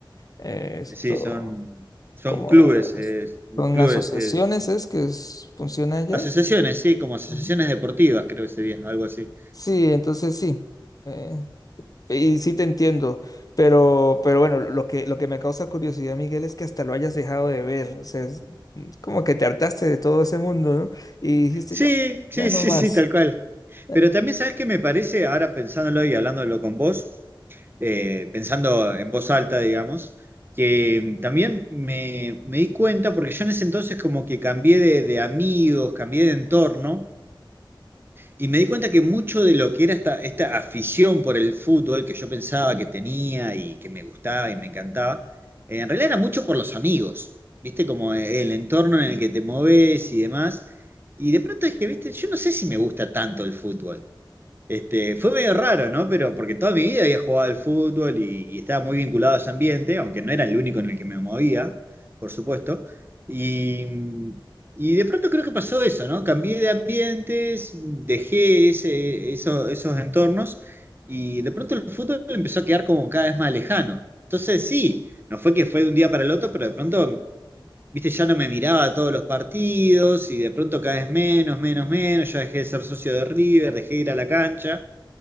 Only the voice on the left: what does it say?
eh, esto
como
son
asociaciones
es que es- funciona allá.
Ujú.
Sí, entonces sí. eh, y sí te entiendo. Pero, pero bueno, lo que, lo que me causa curiosidad, Miguel, es que hasta lo hayas dejado de ver. O sea, es es como que te hartaste de todo ese mundo, ¿no? Y dijiste
ya,
ya no
más.
Eh,